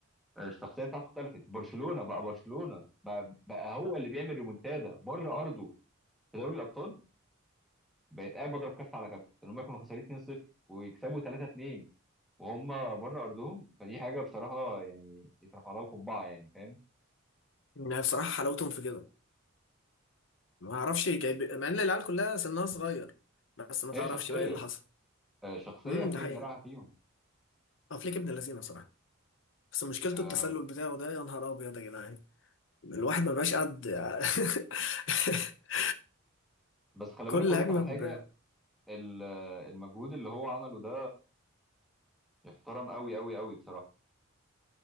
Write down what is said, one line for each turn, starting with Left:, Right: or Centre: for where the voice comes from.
Centre: آه، الشخصيه بتاعته اختلفت برشلونه بقى برشلونه بقى, بقى هو اللي بيعمل ريمونتادا بره ارضه في دوري الابطال بقيت قاعد بضرب كف على كف ان هم كانوا خسرانين 2-0 ويكسبوا 3-2 وهم بره ارضهم فدي حاجه بصراحه يعني يترفع لها القبعه يعني فاهم
Left: يعني بصراحة حلاوتهم في كده ما اعرفش جايب مع ان العيال كلها سنها صغير بس ما تعرفش
Centre: هي شخصيه
Left: بقى ايه اللي حصل
Centre: آه، شخصيه
Left: امم
Centre: فليك
Left: ده حقيقة
Centre: زرعها فيهم
Left: افليك ابن اللذينه بصراحه بس مشكلته
Centre: آم،
Left: التسلل بتاعه ده يا نهار ابيض يا جدعان الواحد ما بقاش قد <laughs>
Centre: بس خلي
Left: كل
Centre: بالك اقول
Left: هجمه
Centre: لك على
Left: ب
Centre: حاجه ال- آه، المجهود اللي هو عمله ده يحترم قوي قوي قوي بصراحه